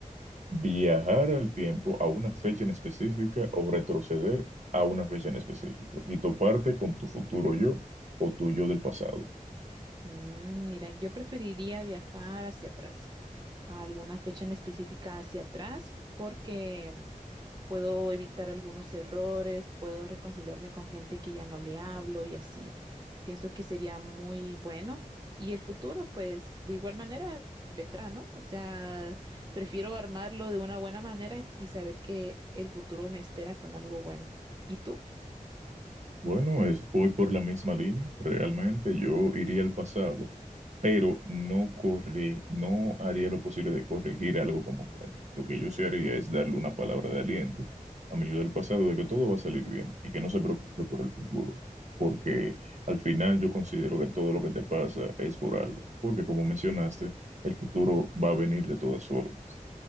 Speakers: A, on the right; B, on the right.
A: ¿Viajar al tiempo a una fecha en específica o retroceder a una fecha en específico y toparte con tu futuro yo o tu yo del pasado?
B: Mm, mira, yo preferiría viajar hacia atrás, a alguna fecha en específica hacia atrás, porque mm, puedo evitar algunos errores, puedo reconciliarme con gente que ya no le hablo y así. Pienso que sería muy bueno. Y el futuro, pues, de igual manera vendrá, ¿no? O sea, prefiero armarlo de una buena manera y saber que el futuro me espera con algo bueno. ¿Y tú?
A: Bueno, es, voy por la misma línea. Realmente yo iría al pasado, pero no corre, no haría lo posible de corregir algo como tal. Lo que yo sí haría es darle una palabra de aliento a mi yo del pasado de que todo va a salir bien y que no se preocupe por el futuro, porque al final yo considero que todo lo que te pasa es por algo, porque como mencionaste, el futuro va a venir de todas formas.